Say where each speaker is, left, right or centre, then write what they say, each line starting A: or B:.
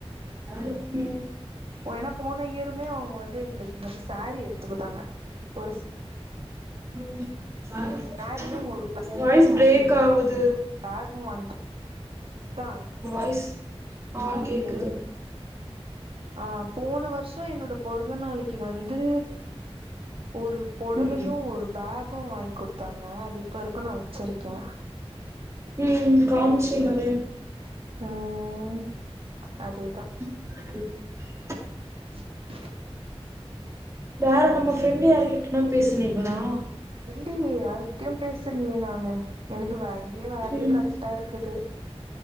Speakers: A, on the right; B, on the right.
A: ஹைக்கிங்
B: ஏன்னா போன இயருமே அவங்க வந்து எங்களுக்கு என்கு சேரீ எட்த்துக்குத்தாங்க ஒரு
A: <unintelligible> <unintelligible>
B: யாரையு ஒரு பே
A: வாய்ஸ் ப்ரேக் ஆவுது
B: பேகு வாங்கி அதா
A: வாய்ஸ் ஆ கேக்குது
B: ஆ போன வருஷ என்னோட பொறந்த நாளைக்கு வந்து ஒரு பொடவையு
A: ம்
B: ஒரு பேகு வாங்கி குடுத்தாங்க அது இப்ப வரைக்கோ நா வச்சிருக்கே
A: ம் கவுன்சிங்கலே
B: ம் அதேதா
A: சரி <inaudible>
B: <inaudible>
A: யார நம்ம ஃப்ரெண்ட் யாருக்கிட்டன்னா பேசுனீங்களா
B: இல்லையே யாருக்கிட்டயு பேசலையே நானு எனக்கு வா இங்கிய வேலையே
A: ம்
B: கரெக்டா இருக்குது